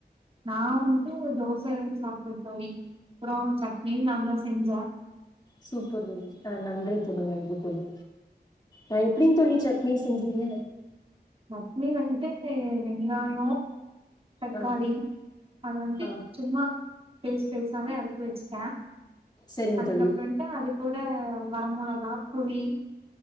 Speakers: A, on the right; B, on the left.
A: நா வந்து தோச ம் சாப்டோ தோழி அப்ரோ சட்னியு நான்தா செஞ்சே
B: சூப்பர் <unintelligible> ஆஹ நன்றி தோழி நன்றி தோழி ஆஹ எப்டிங் தோழி சட்னி செஞ்சீங்க
A: சட்னி வந்து வெங்காயோ தக்காளி
B: ஆ
A: அது வந்து
B: ஆ
A: சும்மா டேஸ் பெருசாவே அறுத்து வச்சுட்ட
B: செரிங்
A: அதுக்கப்புற
B: தோழி
A: வன்ட்டு அது கூட வரமொளகா புளி